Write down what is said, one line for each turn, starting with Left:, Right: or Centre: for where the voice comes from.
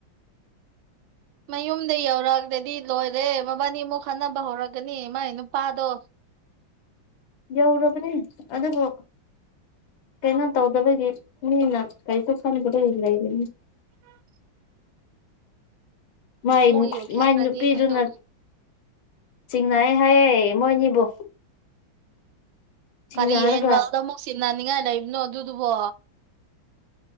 Right: ꯃꯌꯨꯝꯗ ꯌꯧꯔꯛꯑꯒꯗꯤ ꯂꯣꯏꯔꯦ ꯃꯕꯥꯅꯤ ꯑꯃꯨꯛ ꯈꯟꯅꯕ ꯍꯧꯔꯛꯒꯅꯤ ꯃꯥꯏ ꯅꯨꯄꯥꯗꯣ
Left: ꯌꯧꯔꯕꯅꯦ ꯑꯗꯨꯕꯨ ꯀꯩꯅꯣ ꯇꯧꯗꯕꯒꯤ ꯃꯤꯅ ꯀꯔꯤꯁꯨ ꯈꯪꯕ ꯂꯩꯔꯤꯅꯤ
Right: <unintelligible>
Left: ꯃꯥꯏ
Right: ꯑꯃꯨꯛ ꯌꯣꯛꯊꯈ꯭ꯔꯗꯤ
Left: ꯃꯥꯏ ꯅꯨꯄꯤꯗꯨꯅ
Right: ꯑꯗꯨꯗꯣ
Left: ꯆꯤꯡꯅꯏ ꯍꯥꯏꯌꯦ ꯃꯣꯏꯅꯤꯕꯨ ꯆꯤꯡꯅꯔꯒ
Right: ꯀꯔꯤ ꯑꯦꯡꯒꯜꯗ ꯑꯃꯨꯛ ꯁꯤꯟꯅꯅꯤꯡꯉꯥꯏ ꯂꯩꯕꯅꯣ ꯑꯗꯨꯗꯨꯕꯣ